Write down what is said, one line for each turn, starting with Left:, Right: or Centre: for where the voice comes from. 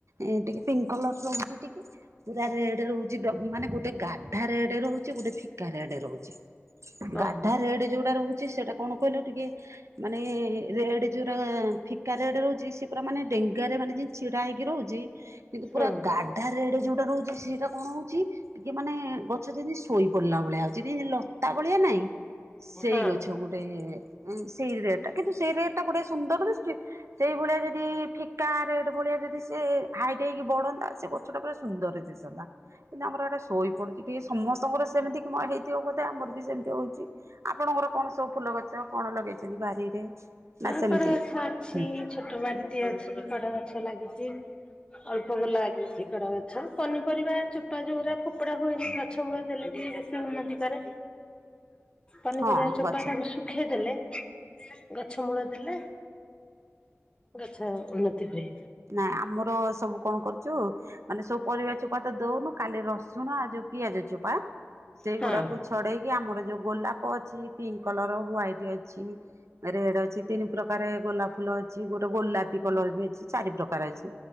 Right: ଏଁ ଟିକେ ପିଙ୍କ କଲର ରହୁଛି ଟିକେ ପୁରା ରେଡ ରହୁଛି ଦ ମାନେ ଗୋଟେ ଗାଢ଼ା। ଢା ରେଡେ ରହୁଛି ଗୋଟେ ଫିକା ରେଡେ ରହୁଛି। ଗାଢା
Left: ଓହୋ
Right: ରେଡ ଯୋଉଟା ରହୁଛି ସେଇଟା କଣ କହିଲ ଟିକେ ମାନେ ରେଡେ। ଯୋଉରାକ ଫିକା ରେଡେ ରହୁଛି ସେ ପୁରା ମାନେ ଡେଙ୍ଗାରେ ମାନେ ଜି ଛିଡା ହେଇକି ରହୁଛି କିନ୍ତୁ
Left: ହୁଁ
Right: ପୁରା ଗାଢା ରେଡ଼ ଯୋଉ ଟା ରହୁଛି ସେଇଟା କଣ ହଉଛି ଟିକେ ମାନେ ଗଛ ଯେମିତି ଶୋଇ ପଡିଲା ଭଳିଆ ହ ଚିରି ଲତା ଭଳିଆ ନାଇଁ। ସେଇ
Left: ହଁ
Right: ଗଛ ଗୋଟେ ଉଁ ସେଇ ରେଡଟା କିନ୍ତୁ ସେଇ ରେଡ। ଗୋଟେ ସୁନ୍ଦର ଦିଶୁଛି ସେଇଭଳିଆ ଯଦି ଫିକା ରେ ଭଳିଆ ଯଦି ସେ ହାଇଟ୍ ହେଇକି ବଢନ୍ତା ସେ ଗଛ ଟା ପୁରା ସୁନ୍ଦରରେ ଦିଶନ୍ତା କିନ୍ତୁ ଆମର ଏଇଟା ଶୋଇ ପଡ ଟିକେ ସମସ୍ତଙ୍କର ସେମିତି କି ମୋ ହେଇଥିବ ବଧେ ଅମାର ବି ସେମିତି ହଉଛି। ଆପଣଙ୍କର କଣ ସବୁ ଫୁଲ ଗଛ କଣ ଲଗେଇଛନ୍ତି ବାରିରେ?
Left: ହଁ
Right: ନା ସେମିତି
Left: ଫୁରଗଛ ଅଛି
Right: ହୁଁ
Left: ଛୋଟ ବାଡ଼ି ଟେ ଅଛି ବଡ ଗଛ ଲାଗିଛି। ଅଳ୍ପ ଗୋଲ ଲାଗିଛି କଡ ଗଛ ପନିପରିବା ଚୋପା ଯୋଉଗୁରା ଫୋପଡା ହୁଏନି ଗଛ ମୂଳ ଦେଲେ ଟି ଟିକେ ବେଶୀ ଉନ୍ନତି କରେ ପନିପରିବା
Right: ହଁ
Left: ଚୋପା
Right: ଗଛ।
Left: ତାକୁ ଶୁଖେଇଦଲେ। ଗଛ ମୂଳରେ ଦେଲେ ଗଛ ଉନ୍ନତି ହୁଏ।
Right: ନାଇଁ ଆମର ସବୁ କଣ କରୁଛୁ। ମାନେ ସବୁ ପରିବା ଚୋପା ତ ଦଉନୁ ଖାଲି ରସୁଣ ଆଉ ଯୋଉ ପିଆଜ ଚୋପା ସେଇଗୁଡାକୁ
Left: ହଁ
Right: ଛଡେଇ କି ଆମର ଯୋଉ ଗୋଲାପ ଅଛି ପିଙ୍କ କଲର, ହ୍ଵାଇଟ୍ ଅଛି, ରେଡ୍ ଅ ଅଛି ତିନି ପ୍ରକାରେ ଗୋଲାପ ଫୁଲ ଅଛି ଗୋଟେ ଗୋଲାପୀ କଲର ବି ଅଛି ଚାରି ପ୍ରକାର ଅଛି।